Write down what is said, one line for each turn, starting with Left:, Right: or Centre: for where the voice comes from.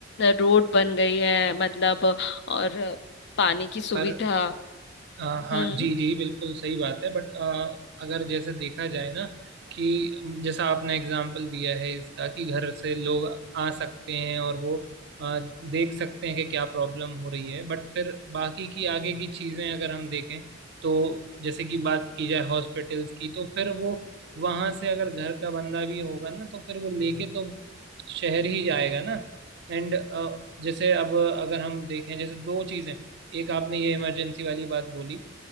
Left: रोड बन गई है मतलब और पानी की सुविधा
Right: पर अ, हाँ
Left: हम्म
Right: जी जी बिल्कुल सही बात है बट अगर जैसे देखा जाए ना कि जैसा आपने एग्जाम्पल दिया है इसका कि घर से लोग आ सकते हैं और वो अ, देख सकते हैं कि क्या प्रॉब्लम हो रही है बट फिर बाकी की आगे की चीजें अगर हम देखें तो जैसे कि बात की जाए हॉस्पिटल्स की तो फिर वो वहां से अगर घर का बंदा भी होगा ना तो फिर वो लेके तो शहर ही जाएगा ना एंड जैसे अब अगर हम देखें जैसे दो चीजें एक आपने ये इमरजेंसी वाली बात बोली